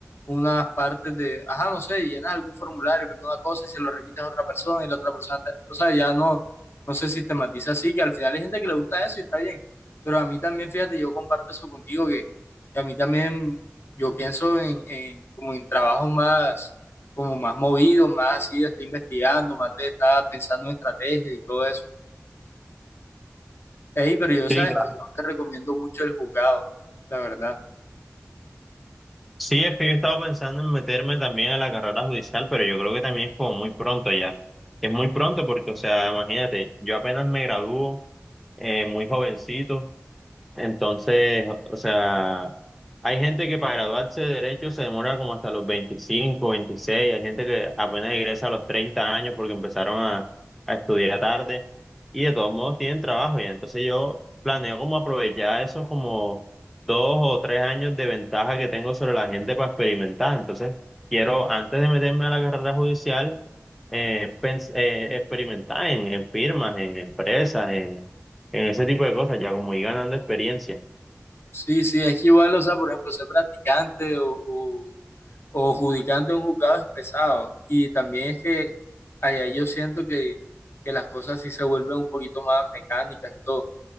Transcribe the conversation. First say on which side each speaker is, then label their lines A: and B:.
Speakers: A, on the left; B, in the centre.
A: unas partes de, ajá, no sé, llenas algún formulario, alguna cosa y se lo remites a otra persona y la otra persona, te- o sea, ya no, no se sistematiza así, que al final hay gente que le gusta eso y está bien, pero a mí también, fíjate, yo comparto eso contigo, que, que a mí también, yo pienso en, en como en trabajos más como más movido, más así de estar investigando, más de estar pensando en estrategias y todo eso. Ey, pero yo sabes
B: Sí, claro.
A: que yo no te recomiendo mucho el jugado, la verdad.
B: Sí, es que yo estaba pensando en meterme también a la carrera judicial, pero yo creo que también es como muy pronto ya. Es muy pronto porque, o sea, imagínate, yo apenas me gradúo eh, muy jovencito Entonces, o sea, hay gente que para graduarse de derecho se demora como hasta los 25, 26, hay gente que apenas egresa a los 30 años porque empezaron a, a estudiar tarde y de todos modos tienen trabajo ya. Entonces yo planeo como aprovechar esos como dos o tres años de ventaja que tengo sobre la gente para experimentar. Entonces quiero, antes de meterme a la carrera judicial, eh, pens- eh, experimentar en, en firmas, en empresas, en en ese tipo de cosas, ya como ir ganando experiencia.
A: Sí, sí, es que igual, o sea, por ejemplo, ser practicante o, o, o judicante de un juzgado es pesado. Y también es que allá yo siento que, que las cosas sí se vuelven un poquito más mecánicas y todo.